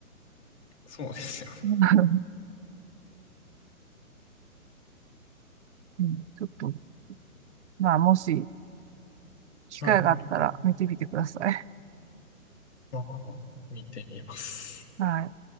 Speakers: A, on the left (about 50°); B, on the right (about 55°).
A: そうですよね。
B: うんちょっと、まあもし、機会があったら見てみてください。
A: <laughs> はい。まあまあまあ、見てみます。
B: はい。